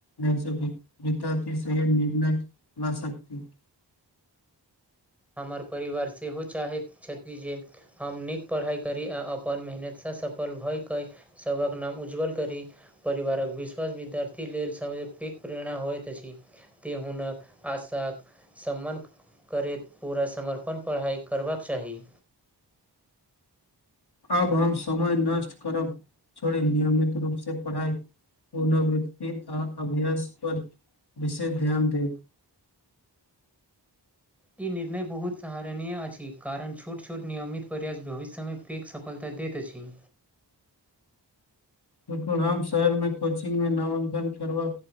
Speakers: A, on the left; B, in the centre.
A: विद्यार्थी सह निर्ण ल सक। <unintelligible>
B: हमर परिवार सेहो चाहैत छथि जे। हम नीक पढ़ाइ करी आ अपन मेहनतसँ सफल भयकय सबहक नाम उज्ज्वल करी। परिवारक विश्वास विद्यार्थी लेल सम पी प्रेरणा होइत अछी ते हुनक आशक सम्मन करैत। पूरा समर्पण पढ़ाइ करबक चाही।
A: अब हम समय नष्ट करब छोड़े नियमित रूप से पढ़ाइ। कोनो व्यक्ति आ अभ्यस पर विशे ध्यान देब
B: ई निर्णय बहुत सहारनीय अछि कारण छोट छोट नियमित प्रयास भविष्यमे पीक सब फल तऽ दैत अछि।
A: बकु राम शहर मे कोचिंग मे नामांकन करबा